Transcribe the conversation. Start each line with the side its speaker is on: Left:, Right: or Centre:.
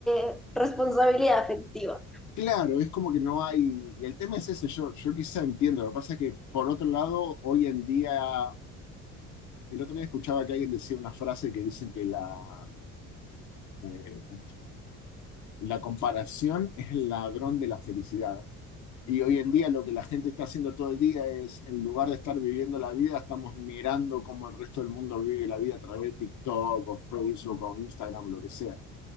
Centre: eh, responsabilidad afectiva.
Left: Claro, es como que no hay, y el tema es ese, yo, yo quizá entiendo, lo que pasa es que por otro lado, hoy en día, el otro día escuchaba que alguien decía una frase que dicen que la, eh, la comparación es el ladrón de la felicidad. Y hoy en día lo que la gente está haciendo todo el día es, en lugar de estar viviendo la vida, estamos mirando cómo el resto del mundo vive la vida a través de TikTok o Facebook o Instagram, lo que sea.